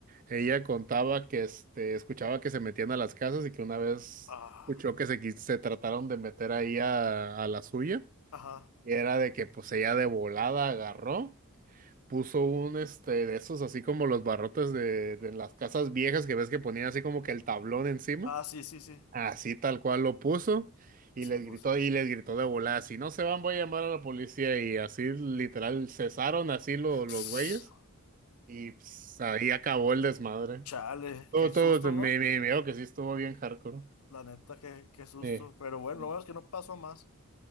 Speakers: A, on the right; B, on the left.
A: ella contaba que este, escuchaba que se metían a las casas y que una vez
B: Ah,
A: escuchó que se, quis- se trataron de meter ahí a, a la suya.
B: ajá.
A: Y era de que pues ella de volada agarró, puso un este de esos así como los barrotes de, de las casas viejas que ves que ponían así como que el tablón encima.
B: Ah, sí, sí, sí.
A: Así tal cual lo puso y
B: Sí,
A: les
B: pues
A: gritó
B: sí.
A: y les gritó de volada, si no se van voy a llamar a la policía y así literal cesaron así lo-
B: <sniffs>
A: los
B: Ss,
A: güeyes y pues, ahí acabó el desmadre.
B: Chale,
A: Todo,
B: qué
A: todo,
B: susto, ¿no?
A: me, me, veo que sí estuvo bien hardcore.
B: La neta, qué, qué susto.
A: Eh,
B: Pero bueno,
A: eh,
B: lo bueno es que no pasó a más.